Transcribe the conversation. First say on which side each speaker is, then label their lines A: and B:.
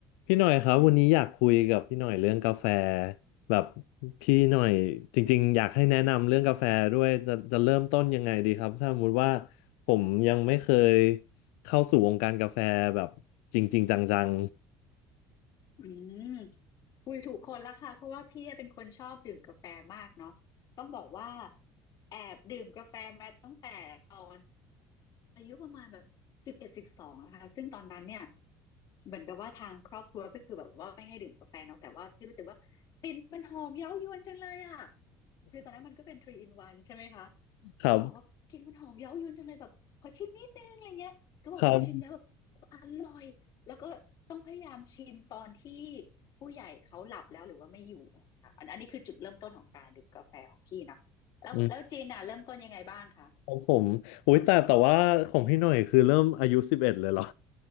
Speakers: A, on the left (about 80°); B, on the left (about 55°).
A: พี่หน่อยครับวันนี้อยากคุยกับพี่หน่อยเรื่องกาแฟแบบพี่หน่อยจริงๆอยากให้แนะนำเรื่องกาแฟด้วยจะจะเริ่มต้นยังไงดีครับถ้าสมมติว่าผมยังไม่เคยเข้าสู่วงการกาแฟแบบจริงๆจัง
B: อืมคุยถูกคนละค่ะเพราะว่าพี่เป็นคนชอบดื่มกาแฟมากเนาะต้องบอกว่าแอบดื่มกาแฟมาตั้งแต่ตอน อายุประมาณแบบสิบเอ็ดสิบสองนะคะซึ่งตอนนั้นเนี่ยเหมือนกับว่าทางครอบครัวก็คือแบบว่าไม่ให้ดื่มกาแฟเนาะแต่ว่าพี่รู้สึกว่ากลิ่นมันหอมเย้ายวนจังเลยอะคือตอนนั้นมันก็เป็นทรี in o n ใช่ไหมคะ
A: ๆ <laughs> ครับ
B: ก็บอกว่ากลิ่นมันหอมเย้ายวนจังเลยแบบขอชิมนิดนึงอะไรเงี้ยก็บอกชิมแล้วแบบโอ้อร่อยแล้วก็ต้องพยายามชิมตอนที่
A: ครับ
B: ผู้ใหญ่เขาหลับแล้วหรือว่าไม่อยู่อะค่ะอันอันนี้คือจุดเริ่มต้นของการดื่มกาแฟของพี่เนาะแล้วแล้วจีนน่ะเริ่มต้นยังไงบ้างคะ
A: อืมของผมอุ้ยแต่แต่ว่าของพี่หน่อยคือเริ่มอายุสิบเอ็ดเลยเหรอ